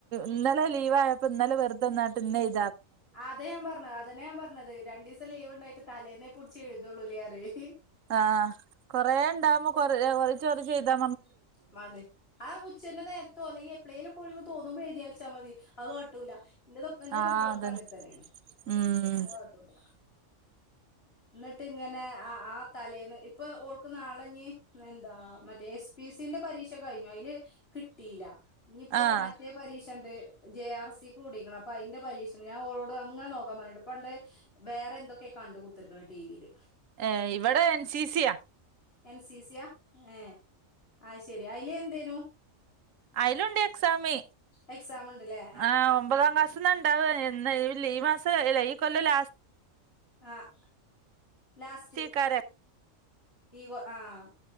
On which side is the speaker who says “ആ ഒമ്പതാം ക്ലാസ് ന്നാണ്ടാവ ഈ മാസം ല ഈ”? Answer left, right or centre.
Right